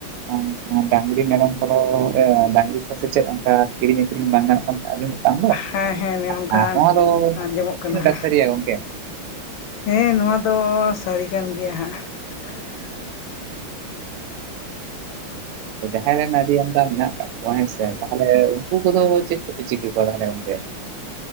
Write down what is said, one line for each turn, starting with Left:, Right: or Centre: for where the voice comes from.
Right: <inaudible> ᱰᱟᱝᱨᱤ ᱢᱮᱨᱚᱢ ᱠᱚᱫᱚ ᱚᱸ ᱰᱟᱝᱨᱤ ᱠᱚ ᱥᱮ ᱪᱮᱫ ᱚᱝᱠᱟ ᱠᱤᱨᱤᱧ ᱟᱠᱷᱨᱤᱧ ᱵᱟᱝ ᱜᱟᱱᱚᱜ ᱠᱟᱱᱟ? ᱟᱸᱡᱚᱢᱚᱜ ᱠᱟᱱ ᱫᱚ᱾
Left: ᱦᱮᱸ ᱦᱮᱸ ᱱᱮ ᱚᱝᱠᱟ,
Right: ᱟᱨ ᱱᱚᱣᱟ ᱫᱚ
Left: ᱟᱸᱡᱚᱢᱚᱜ ᱠᱟᱱᱟ
Right: ᱛᱤᱱᱟᱹᱜ ᱴᱟ
Left: ᱦᱟᱸᱜ
Right: ᱥᱟᱹᱨᱤᱭᱟ
Left: ᱾
Right: ᱜᱚᱝᱠᱮ
Left: ᱦᱮᱸ ᱱᱚᱣᱟ ᱫᱚ ᱥᱟᱹᱨᱤ ᱠᱟᱱ ᱜᱮᱭᱟ ᱦᱟᱸᱜ᱾ <unintelligible>
Right: ᱛᱚ ᱡᱟᱦᱟᱸᱭ ᱨᱮᱱ ᱟᱹᱰᱤ ᱟᱢᱫᱟ ᱢᱮᱱᱟᱜ ᱠᱟᱜ ᱠᱚᱣᱟ ᱦᱮᱸ ᱥᱮ, ᱛᱟᱦᱚᱞᱮ ᱩᱱᱠᱩ ᱠᱚᱫᱚ ᱪᱮᱫ ᱠᱚᱯᱮ ᱪᱤᱠᱟᱹ ᱠᱚᱣᱟ ᱛᱟᱦᱚᱞᱮ ᱜᱚᱝᱠᱮ?